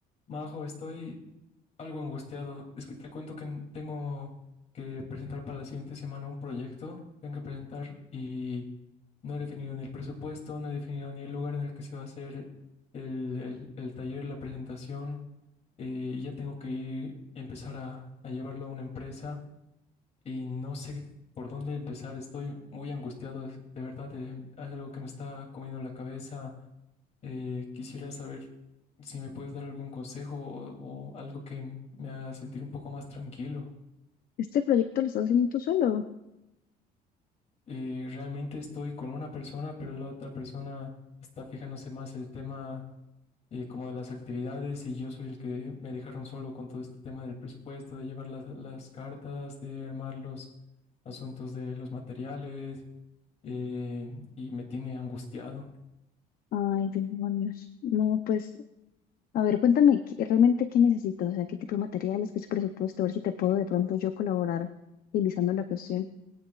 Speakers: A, on the left (about 40°); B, on the left (about 60°).
A: Majo, estoy algo angustiado. Es que te cuento que tengo que presentar para la siguiente semana un proyecto. Tengo que presentar y no he definido ni el presupuesto, no he definido ni el lugar en el que se va a hacer el, el- el taller, la presentación. Eh, y ya tengo que ir, empezar a, a llevarlo a una empresa y no sé por dónde empezar. Estoy muy angustiado, de verdad, eh, hay algo que me está comiendo la cabeza. Eh, quisiera saber si me puedes dar algún consejo o, o algo que me haga sentir un poco más tranquilo.
B: Este proyecto lo estás haciendo tú solo.
A: eh, realmente estoy con una persona, pero la otra persona está fijándose más el tema eh, como de las actividades y yo soy el que me dejaron solo con todo este tema del presupuesto, de llevar las, las cartas, de armar los asuntos de los materiales eh, y me tiene angustiado.
B: Ay, demonios. No, pues, a ver, cuéntame ¿qué- realmente qué necesitas, o sea, qué tipo de materiales, qué es presupuesto, a ver si te puedo de pronto yo colaborar utilizando la cuestión.